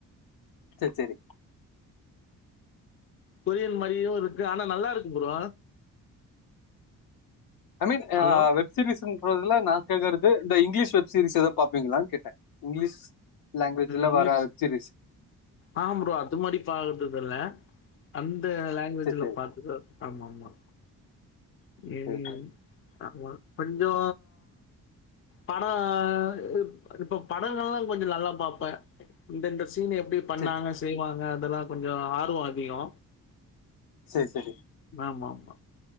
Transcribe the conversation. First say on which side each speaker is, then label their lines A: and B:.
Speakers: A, on the left; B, on the left.
A: செர் செரி
B: கொரியன் மாதிரியும் இருக்கு ஆனா நல்லா இருக்கு bro
A: I mean
B: hello!
A: Web series முதல்ல நான் கேட்கிறது இந்த இங்கிலீஷ் வெப் சீரியஸ் எதவாது பாப்பீங்களான்னு கேட்டேன் இங்கிலீஷ் லாங்குவேஜ்ல
B: இங்கிலீஷ்
A: வர வெப் சீரிஸ்
B: ஆஹ் ப்ரோ அது மாதிரி பாக்குறதுக்கு ல அந்த வேற லாங்குவேஜ்ல
A: சரி சரி
B: பாத்துக்கோ ஆமா மா இன்
A: சரி
B: ஆமா கொஞ்சோ படோ இப் இப்ப படங்கள்லா கொஞ்சம் நல்லா பாப்பே இந்தந்த சீன் எப்டி பண்ணாங்க
A: சரி
B: செய்வாங்க அதெல்லா கொஞ்சோ ஆ வோ அதிகோ
A: சரி சரி
B: ஆமா ஆமா